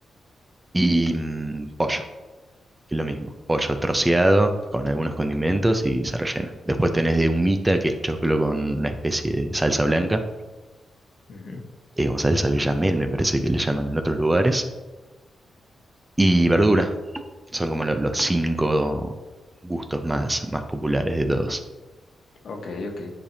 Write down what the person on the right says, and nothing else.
y mm, pollo, que es lo mismo. Pollo troceado con algunos condimentos y se rellena. Después tenés de humita, que es choclo con una especie de salsa blanca,
eh, o salsa bechamel, me parece que le llaman en otros lugares, y verdura Son como lo- los cinco gustos más, más populares de todos.